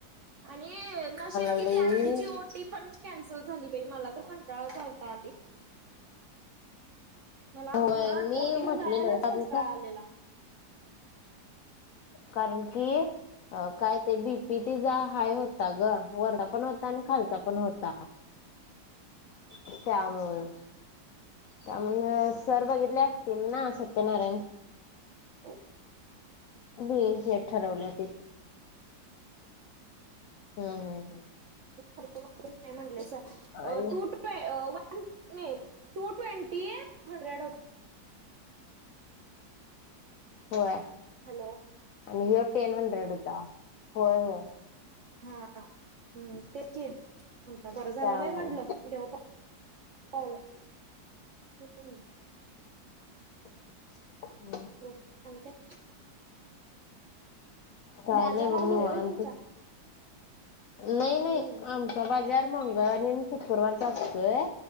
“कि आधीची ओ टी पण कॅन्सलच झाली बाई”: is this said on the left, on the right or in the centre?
Right